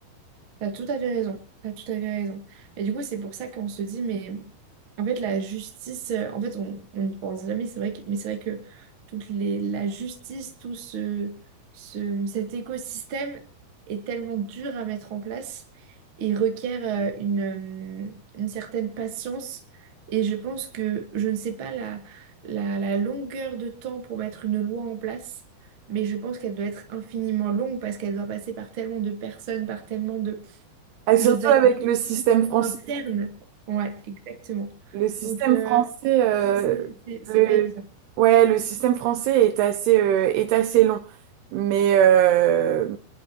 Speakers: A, on the right (about 50°); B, on the right (about 90°).
A: T'as tout à fait raison. T'as tout à fait raison. Mais du coup, c'est pour ça qu'on se dit, mais en fait, la justice, euh, en fait, on on n'y pense jamais. C'est vrai que, mais c'est vrai que toute les, la justice, tout ce, ce, cet écosystème est tellement dur à mettre en place et requiert euh, une, euh, une certaine patience. Et je pense que je ne sais pas la, la, la longueur de temps pour mettre une loi en place. Mais je pense qu'elle doit être infiniment longue parce qu'elle doit passer par tellement de personnes, par tellement de,
B: Et surtout
A: de validation
B: avec le système français.
A: interne. Ouais, exactement.
B: Le système
A: Donc, euh,
B: français, euh,
A: non, c'est c'est- c'est
B: le...
A: pas évident.
B: Ouais, le système français est assez, euh, est assez long. Mais, euh,